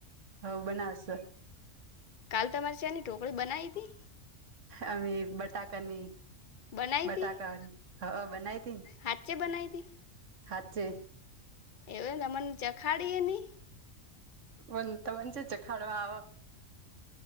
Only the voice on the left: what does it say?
કાલ તમારી શ્યાની ઢોકળી બનાવી હતી.
બનાવી
હતી
હાચે છે બનાવીતી.
એને મમને ચખાડીએ નહી.